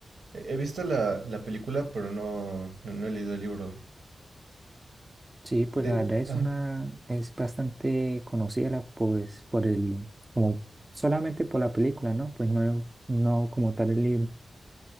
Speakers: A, on the right; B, on the right.
A: He he visto la, la película, pero no, no, no he leído el libro.
B: Sí, pues
A: De,
B: la verdad es
A: ajá.
B: una, es bastante conocida la- pues por el, como solamente por la película, ¿no? Pues no, no como tal el libro.